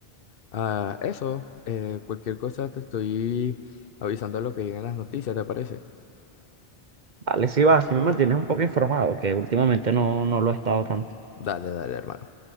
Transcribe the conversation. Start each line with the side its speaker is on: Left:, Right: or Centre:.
Left: ah, eso. eh, cualquier cosa te estoy avisando de lo que lleguen las noticias, ¿te parece?
Right: Vale, sí va, si me mantienes un poco informado, que últimamente no, no lo he estado tanto.
Left: Dale, dale, hermano.